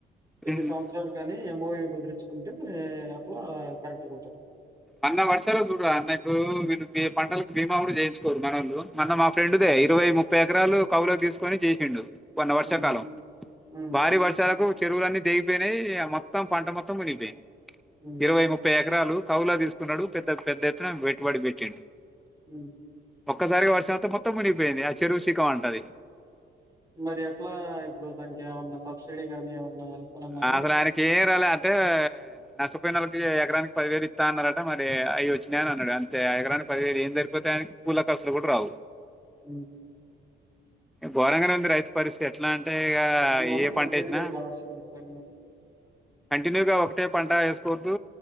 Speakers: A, on the right (about 20°); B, in the centre.
A: ఎన్ని
B: ఉమ్.
A: సంవత్సరాలు కానీ ఎంఓవి కుదిరించుకొని అంటే అట్లా కరెక్ట్ గా ఉంటది
B: అన్న వర్షాలకూ చూడరాదు అన్న ఇప్పుడు వీళ్ళు పంటలకు బీమా కూడా చేయించుకోరు మనోళ్లు మొన్న మా ఫ్రెండ్ దేఇరవై ముప్పై ఎకరాలు కవులోకి తీసుకొని చేసిండు మాన్నా వర్షకాలం
A: హ్మ్. హ్మ్.
B: భారీ వర్షాలకు చెరువులన్నీ తెగిపోయినాయి మొత్తం పంట మొత్తం వినిగిపోయిది
A: హ్మ్.
B: ఇరవై ముప్పై ఎకరాలు కౌళ్ళకి తీసు తీసుకున్నాడు పెద్ద పెద్ద ఎత్తున పెట్టుబడి పెట్టిండు
A: హు
B: ఒక్కసారిగా వర్షం అతే మొత్తం మునిగిపోయింది ఆ చెరువు శిఖం అంటాది
A: మరి ఎట్లా ఇప్పుడు దానికి ఏమన్నా సబ్సిడీ గాని ఏమన్నా ఇస్తానన్నారా?
B: ఆ అసలు ఆయనకు చేయనే రాలే అంటే నష్ట ప ముప్పై నేలకి ఎకరానికి పదివేయిలు ఇస్తా అన్నారట మరి అయ్య వచ్చినాయియని అన్నాడు అంతే ఎకరానికి పదివేయిలు ఏం జరిపోతాయ కూళ్ల ఖర్చులు కూడా రావు
A: ఊ
B: ఘోరంగానే ఉంది రైతు పరిస్థితి ఎట్లా అంటే ఇగ
A: దానివల్ల
B: ఏ పంట
A: కంప్లీట్‌గా
B: ఏసిన
A: ఇక లాస్ ఎట్లాగా మరి?
B: కంటిన్యూగా ఓ అట్టే పంట వేసుకోవద్దు